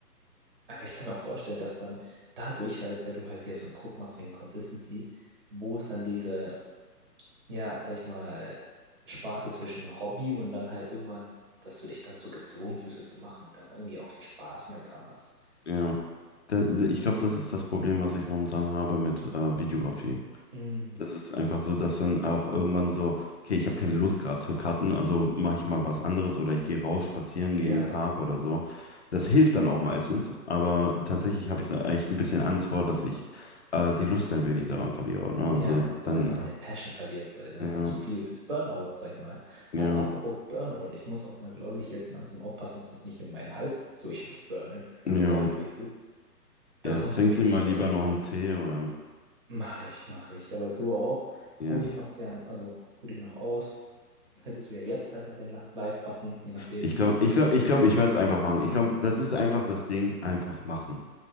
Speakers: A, on the right; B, on the left.
A: Aber ich kann mir auch vorstellen, dass dann dadurch halt, weil du halt dir so einen Druck machst wegen Consistency, wo es dann diese ja, sag ich mal, Sparte zwischen Hobby und dann halt irgendwann, dass du dich dann so gezwungen fühlst, es zu machen, dann irgendwie auch keinen Spaß mehr dran hast.
B: Ja. Da, ich glaube, das ist das Problem, was ich momentan habe mit äh, Videografie.
A: Mm,
B: Das ist einfach so, dass dann auch irgendwann so, okay, ich habe keine Lust gerade zu cutten, also mache ich mal was anderes oder ich gehe raus, spazieren, gehe
A: ja,
B: in den Park oder so. Das hilft dann auch meistens, aber tatsächlich habe ich da echt ein bisschen Angst vor, dass ich äh, die Lust ein wenig daran verliere. Ne?
A: ja,
B: Also
A: so
B: dann,
A: einfach deine
B: hat-
A: Passion verlierst, weil du
B: ja,
A: einfach zu viel bist. Burnout, sag ich mal.
B: ja,
A: Aber
B: ja.
A: apropos Burnout, ich muss auch mal, glaube ich, jetzt langsam aufpassen, dass ich nicht mit meinem Hals durchburne,
B: Ja,
A: weil der so weh tut.
B: Jetzt
A: Darum
B: trinkt
A: ruhe ich
B: dir
A: mich
B: mal
A: jetzt
B: lieber
A: erstmal
B: noch
A: aus.
B: einen Tee oder,
A: Mach ich, mach ich. Aber du auch,
B: yes.
A: ruh dich noch gern, also ruh dich noch aus. Hättest du ja jetzt gleich noch den La- Live-Button, je nachdem.
B: Ich glaube, ich
A: <laughs>
B: glaube, ich glaube, ich werde es einfach machen. Ich glaube, das ist einfach das Ding, einfach machen.